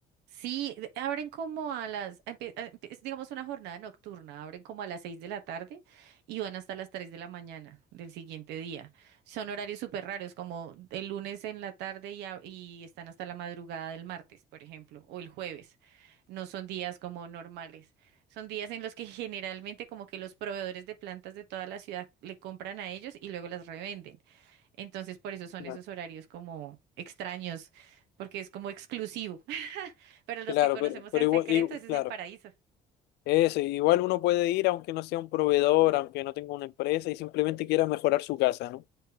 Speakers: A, on the right; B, on the left.
A: Sí, de- abren como a las, empie- eh, empie- es digamos una jornada nocturna, abren como a las 6 de la tarde y van hasta las 3 de la mañana del siguiente día. Son horarios súper raros, como el lunes en la tarde y, a- y están hasta la madrugada del martes, por ejemplo, o el jueves. No son días como normales. Son días en los que generalmente como que los proveedores de plantas de toda la ciudad le compran a ellos y luego las revenden. Entonces, por eso son
B: No,
A: esos horarios como extraños, porque es como exclusivo. Pero los
B: Claro,
A: que conocemos
B: pero, pero
A: el
B: igual,
A: secreto,
B: igu-
A: ese
B: claro,
A: es el paraíso.
B: eso, igual uno puede ir aunque no sea un proveedor, aunque no tenga una empresa y simplemente quiera mejorar su casa, ¿no?